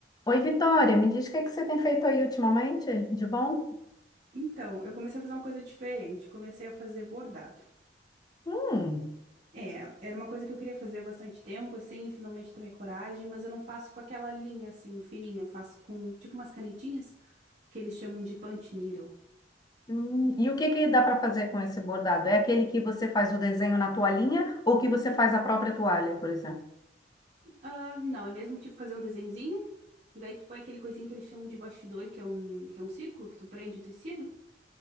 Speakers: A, on the left; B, on the right.
A: Oi, Vitória, me diz o que que você tem feito aí ultimamente, de bom?
B: Então, eu comecei a fazer uma coisa diferente. Comecei a fazer bordado.
A: Hum,
B: É, era uma coisa que eu queria fazer há bastante tempo, assim, e finalmente tomei coragem, mas eu não faço com aquela linha, assim, fininha. Eu faço com, tipo, umas canetinhas, que eles chamam de punch needle.
A: hum, E o que que dá para fazer com esse bordado? É aquele que você faz o desenho na toalhinha ou que você faz a própria toalha, por exemplo?
B: Ah, não, é mesmo, tipo, fazer um desenhozinho, e daí tu põe aquele coisinho que eles chamam de bastidor, que é um, que é um círculo que tu prende o tecido,